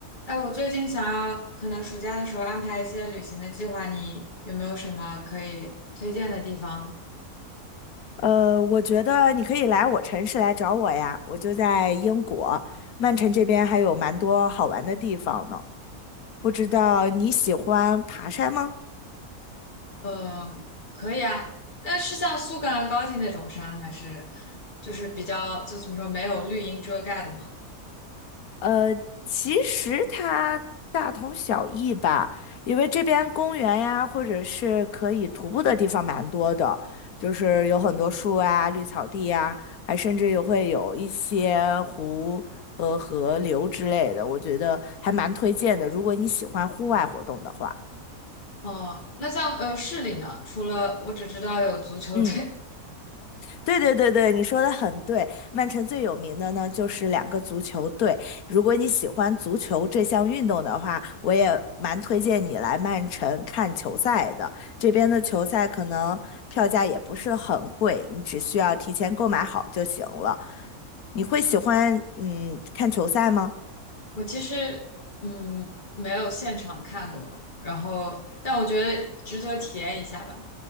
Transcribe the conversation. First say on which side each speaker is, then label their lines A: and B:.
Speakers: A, on the left; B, on the left.
A: 哎，我最近想要可能暑假的时候安排一些旅行的计划，你有没有什么可以推荐的地方？
B: 呃，我觉得你可以来我城市来找我呀，我就在英国，曼城这边还有蛮多好玩的地方呢。不知道你喜欢爬山吗？
A: 嗯，可以啊，但是像苏格兰高地那种山，还是就是比较就怎么说没有绿荫遮盖的嘛。
B: 呃，其实它大同小异吧，因为这边公园呀，或者是可以徒步的地方蛮多的，就是有很多树啊、绿草地呀，还甚至也会有一些湖和河流之类的，我觉得还蛮推荐的，如果你喜欢户外活动的话。
A: 哦、那像呃市里呢，除了我只知道有足球队，
B: 嗯，对对对对，你说的很对。曼城最有名的呢，就是两个足球队。如果你喜欢足球这项运动的话，我也蛮推荐你来曼城看球赛的。这边的球赛可能票价也不是很贵，你只需要提前购买好就行了。你会喜欢嗯看球赛吗？
A: <laughs> 我其实嗯没有现场看过，然后但我觉得值得体验一下吧。